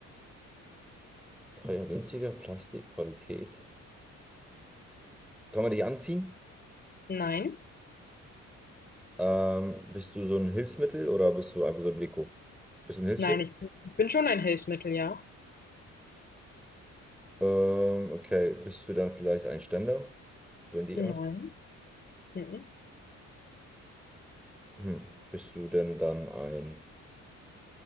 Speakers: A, in the centre; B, on the left (about 30°).
A: Teuer, günstiger, Plastik, Qualität. Kann man dich anziehen?
B: Nein,
A: Ähm, bist du so ein Hilfsmittel oder bist du einfach so ein Deko? Bist du ein Hilfsmittel?
B: nein, ich bin, ich bin schon ein Hilfsmittel, ja.
A: Ähm, okay. Bist du dann vielleicht ein Ständer? So in die
B: Nein.
A: Art?
B: Mhm.
A: Hm. Bist du denn dann ein